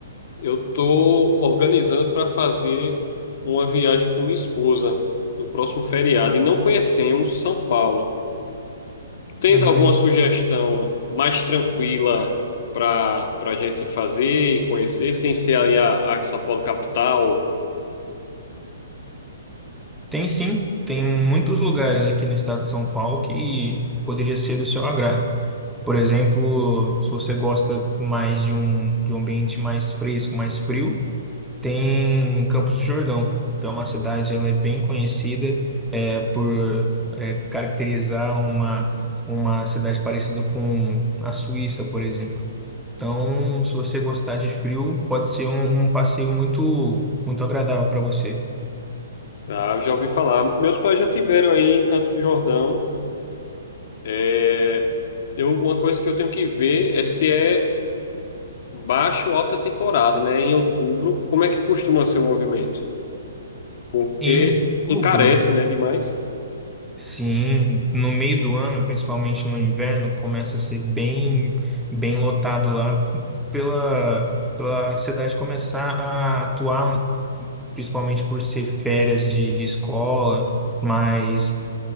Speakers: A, on the left (about 55°); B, in the centre.
A: eu tô organizando para fazer uma viagem com minha esposa no próximo feriado e não conhecemos São Paulo. Tens
B: Uhum.
A: alguma sugestão mais tranquila para para gente fazer e conhecer, sem ser ali a, a São Paulo capital?
B: Tem sim, tem muitos lugares aqui no estado de São Paulo que poderia ser do seu agrado. Por exemplo, se você gosta mais de um, de um ambiente mais fresco, mais frio, tem Campos do Jordão, que é uma cidade, ela é bem conhecida é, por é, caracterizar uma, uma cidade parecida com a Suíça, por exemplo. Então, se você gostar de frio, pode ser um, um passeio muito, muito agradável para você.
A: Ah, eu já ouvi falar. Meus pais já tiveram aí em Campos do Jordão. É, eu, uma coisa que eu tenho que ver é se é baixa ou alta temporada, né? Em outubro, como é que costuma ser o movimento? Porque
B: Em outubro,
A: encarece, né, demais.
B: sim, no meio do ano, principalmente no inverno, começa a ser bem, bem lotado lá pela, pela cidade começar a atuar, principalmente por ser férias de, de escola, mas